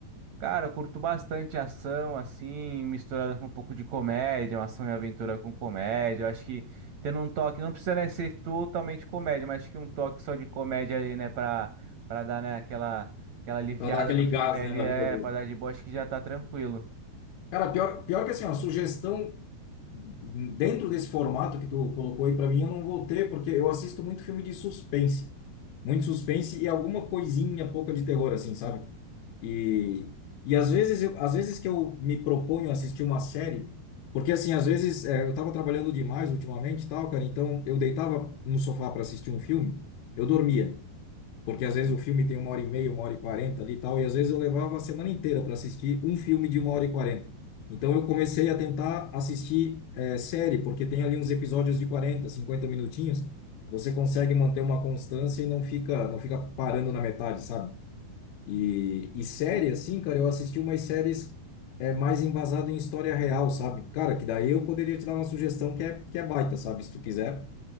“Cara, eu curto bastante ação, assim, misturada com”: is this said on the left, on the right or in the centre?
Right